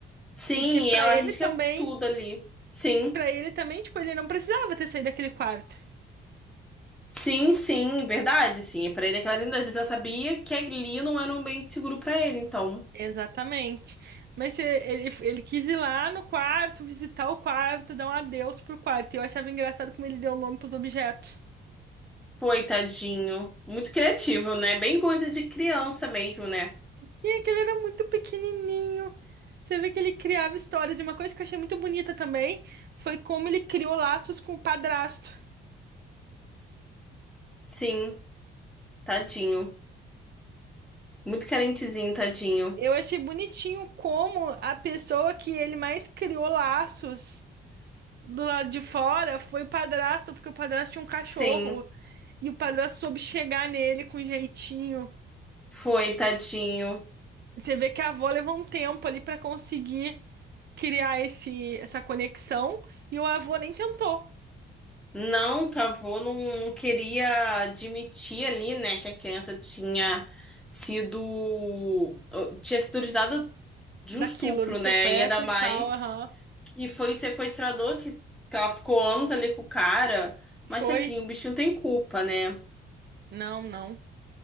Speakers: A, in the centre; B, on the right.
A: sim.
B: porque pra
A: E ela
B: ele
A: arrisca
B: também,
A: tudo ali. Sim.
B: para ele também, tipo, ele não precisava ter saído daquele quarto.
A: Sim, sim, verdade, sim. Pra ele é clarinidade, mas ela sabia que ali não era um ambiente seguro pra ele, então.
B: Exatamente. Mas se- ele, ele quis ir lá no quarto, visitar o quarto, dar um adeus pro quarto. E eu achava engraçado como ele deu o nome pros objetos.
A: Coitadinho. Muito criativo, né? Bem coisa de criança mesmo, né?
B: E aquele era muito pequenininho. Você vê que ele criava histórias. E uma coisa que eu achei muito bonita também foi como ele criou laços com o padrasto.
A: Sim, tadinho. Muito carentezinho, tadinho.
B: Eu achei bonitinho como a pessoa que ele mais criou laços do lado de fora foi o padrasto, porque o padrasto tinha um cachorro.
A: Sim,
B: E o padrasto soube chegar nele com jeitinho.
A: foi, tadinho.
B: Você vê que a avó levou um tempo ali pra conseguir criar esse, essa conexão. E o avô nem tentou
A: Não, que a avó não, não queria admitir ali, né, que a criança tinha sido. tinha sido dada de
B: daquilo,
A: um estupro,
B: do sequestro
A: né? E ainda mais
B: e tal. aham.
A: que foi o sequestrador que, que ela ficou anos ali com o cara. Mas
B: Foi?
A: tadinho, o bichinho tem culpa, né?
B: Não, não.